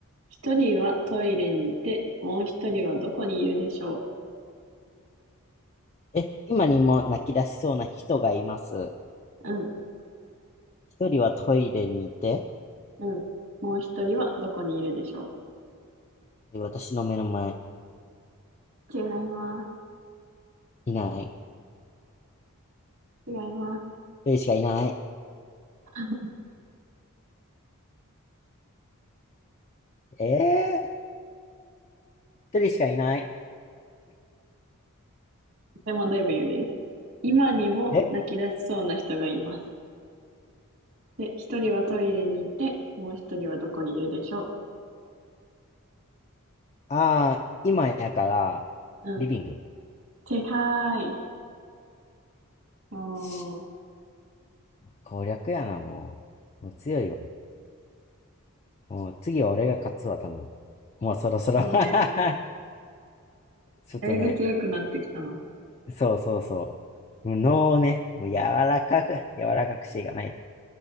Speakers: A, on the right (about 70°); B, on the left (about 30°).
A: 一人はトイレにいて、もう一人はどこにいるでしょ
B: え、今にも泣き出しそうな人がいます。
A: う。うん、
B: 一人はトイレにいて、
A: うん。もう一人はどこにいるでしょ
B: 私の目の前、
A: う。違います。
B: いない。
A: 違います。
B: 一人しかいない。
A: <laughs>
B: えー、一人しかいない。
A: でもだい言うです。今にも泣き出しそうな人がいます。
B: え
A: で、一人はトイレにいて、もう一人はどこにいるでしょ
B: ああー、今やから、
A: う。うん。
B: リビング。
A: 正解。お
B: し
A: ー、
B: 攻略やな、もう。もう強いわ。もう次は俺が勝つわ、多分。もうそろそろ
A: そうね。
B: <laughs> ちょっとね、
A: だいぶ強くなってきたな。
B: そうそうそう。もう脳をね、もう柔らかく、柔らかくしていかないと。